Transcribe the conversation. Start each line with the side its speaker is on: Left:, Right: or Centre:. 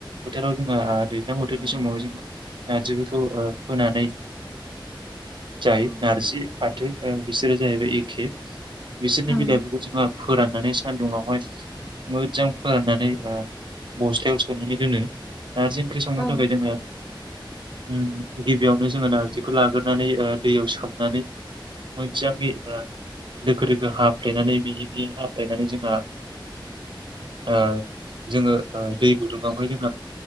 Right: फोथाराव जों दैज्लां बोथोरनि
Centre: औ
Right: समाव जोङो नारजिफोरखौ ओ फोनानै जायो
Centre: औ ओं
Right: नारजि फाथो ओ बिसोर जाहैबाय एखे बिसोरनि
Centre: औ उम
Right: बिलाइफोरखौ जोंहा फोराननानै सान्दुंङावहाय मोजां फोराननानै ओ बस्थायाव सोनानै दोनो नारजि ओंख्रि संनो
Centre: औ
Right: थाखाय जोङो ओम गिबियावनो जोङो नारजिखौ लाग्रोनानै ओ दैयाव सोमनानै मोनजांयै ओ दोखो दोखो हाफ्लेनानै बेयै बेयै हाफ्लेनानै जोंहा ओ जोङो ओ दै गुदुङावहाय जों